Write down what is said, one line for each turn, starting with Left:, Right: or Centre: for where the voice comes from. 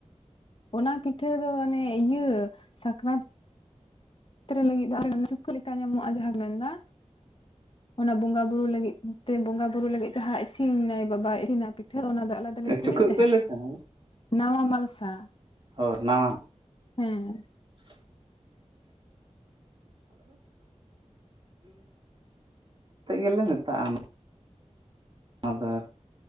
Left: ᱚᱱᱟ ᱯᱤᱴᱷᱟᱹ ᱫᱚ ᱚᱱᱮ ᱤᱭᱟᱹ ᱥᱟᱠᱨᱟᱛ ᱨᱟᱛ ᱞᱟᱹᱜᱤᱫ ᱫᱚ ᱚᱱᱮ ᱪᱩᱠᱟᱹ ᱞᱮᱠᱟ ᱧᱟᱢᱚᱜᱼᱟ ᱡᱟᱦᱟᱸᱢ ᱢᱮᱱ ᱫᱟ ᱚᱱᱟ ᱵᱚᱸᱜᱟ ᱵᱩᱨᱩ ᱞᱟᱹᱜᱤᱫ ᱛᱮ ᱵᱚᱸᱜᱟ ᱵᱩᱨᱩ ᱞᱟᱹᱜᱤᱫ ᱡᱟᱦᱟᱸ ᱤᱥᱤᱱᱟᱭ ᱵᱟᱵᱟᱭ ᱤᱥᱤᱱᱟᱭ ᱯᱤ ᱴᱷᱟᱹ ᱚᱱᱟ ᱫᱚ ᱟᱞᱟᱫᱟ ᱞᱮ ᱠᱤᱨᱤᱧ
Right: ᱪᱩᱠᱟᱹᱜ
Left: ᱛᱟᱦᱮᱸᱱᱟ
Right: ᱯᱮ ᱞᱟᱹᱭ ᱛᱟᱦᱮᱸ
Left: ᱱᱟᱣᱟ ᱢᱟᱞᱥᱟ᱾
Right: ᱦᱳᱭ ᱱᱟᱣᱟ
Left: ᱦᱮᱸ᱾
Right: <inaudible> <inaudible> ᱛᱮ ᱜᱮᱞᱮ ᱢᱮᱛᱟᱜ-ᱟ᱾ ᱟᱫᱚ